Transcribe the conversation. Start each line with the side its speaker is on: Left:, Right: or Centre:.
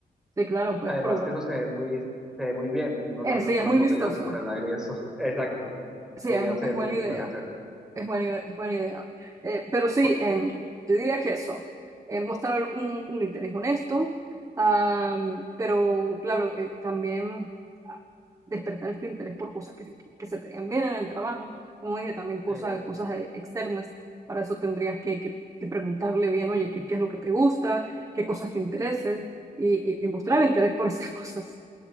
Right: Sí, claro, puedes
Centre: Además
Right: probar.
Centre: que eso se ve muy, se ve muy bien, uno
Right: Eh,
Centre: lanzando
Right: sí, es
Centre: las
Right: muy
Centre: botellas
Right: vistoso.
Centre: así por el aire y eso. <laughs> Exacto.
Right: Sí,
Centre: Podría
Right: es,
Centre: ser,
Right: es buena
Centre: sí,
Right: idea.
Centre: podría ser.
Right: Es buena, idea- es buena idea. Eh, pero sí,
Centre: Po-
Right: em, yo diría que eso, eh, mostrar un, un interés honesto, am, pero claro, eh, también ah, despertar este interés por cosas que, se- que se te den bien en el trabajo. Como dije, también cosas,
Centre: sí,
Right: cosas eh, externas. Para eso tendrías que, que- que preguntarle bien, oye, ¿qué, qué es lo que te gusta? ¿Qué cosas te interesan? Y, y, y mostrar interés por esas <laughs> cosas.